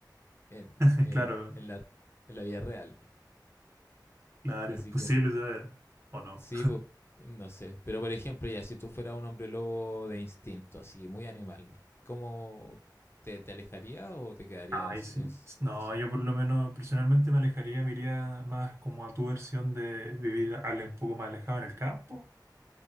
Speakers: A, on the left; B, on the right.
A: en,
B: <laughs>
A: en,
B: claro,
A: en la, en la vida real.
B: claro,
A: Así
B: imposible
A: que
B: saber, ¿o no?
A: sí, pues, no sé. Pero por ejemplo, ya si tú fueras un hombre lobo de instinto, así, muy animal, ¿cómo te, te alejaría o te quedarías
B: Ay, sí.
A: en,
B: No,
A: o
B: yo por lo menos personalmente me alejaría, me iría más como a tu versión de vivir al- un poco más alejado en el campo